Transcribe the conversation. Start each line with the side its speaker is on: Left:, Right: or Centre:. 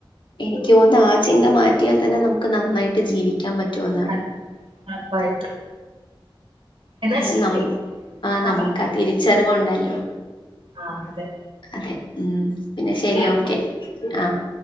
Left: എനിക്ക് തോന്ന് ആ ചിന്ത മാറ്റിയാൽ തന്നെ നമുക്ക് നന്നായിട്ട് ജീവിക്കാൻ പറ്റുമെന്നാണ്.
Right: അതെ, ഉറപ്പായിട്ടും എന്നാ
Left: ഇതിന്
Right: ശരി
Left: നം ആഹ്
Right: ആ
Left: നമുക്കാ തിരിച്ചറിവുണ്ടല്ലോ
Right: ആഹ് അതെ
Left: അതെ ഉം പിന്നെ
Right: ശരിയപ്പോ
Left: ശരി ഓക്കെ ആഹ്